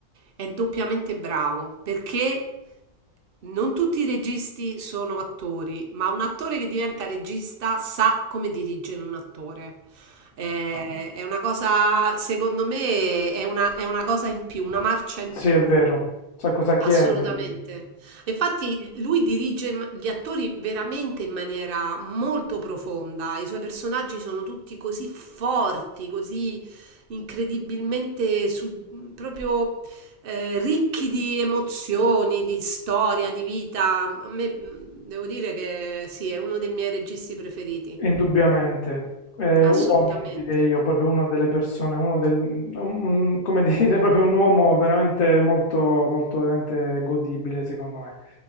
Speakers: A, on the right (about 65°); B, on the left (about 60°).
A: è doppiamente bravo, perché non tutti i registi sono attori, ma un attore che diventa regista sa come dirigere un attore. Eh, è una cosa, secondo me, è una, è una cosa in più, una marcia in
B: Sì,
A: più.
B: è vero, sa cosa chiedergli.
A: Assolutamente. Infatti lui dirige in- gli attori veramente in maniera molto profonda. I suoi personaggi sono tutti così forti, così incredibilmente su- proprio eh, ricchi di emozioni, di storia, di vita. A me mh, devo dire che sì, è uno dei miei registi preferiti.
B: Indubbiamente, ehm,
A: Assolutamente.
B: uomini direi io, proprio una delle persone, uno del mhmm, un come dire, <laughs> proprio un uomo veramente molto molto veramente godibile secondo me.